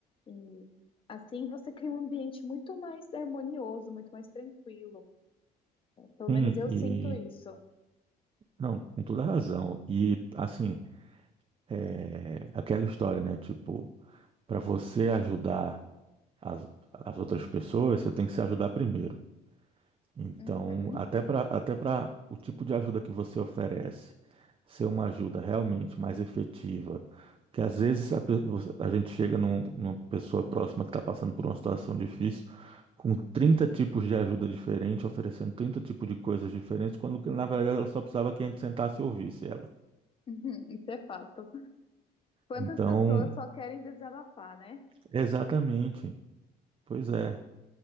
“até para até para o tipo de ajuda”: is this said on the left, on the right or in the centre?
Right